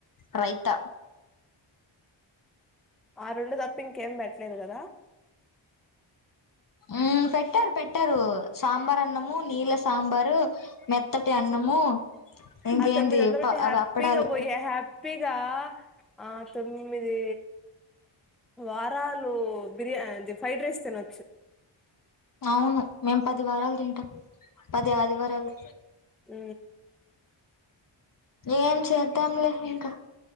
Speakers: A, on the left; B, in the centre.
A: ట్రైత
B: ఆ రెండు తప్పింకేం పెట్టలేదు కదా
A: ఉ పెట్టారు పెట్టారు సాంబార్ అన్నము నీళ్ళ సాంబారు మెత్తటి అన్నము. ఇంకేంది
B: ఆ తొమ్మిదందలు ఉంటే హ్యాపీగా
A: అవి అప్పడాలు
B: పోయి హ్యాపీగా ఆ తొమ్మిది వారాలు బిర్యా అది ఫ్రైడ్ రైస్ తినొచ్చు.
A: అవును మేం పది వారాలు తింటం. పది ఆదివారాలు
B: ఊ
A: ఏం చేద్దాంలే ఇంక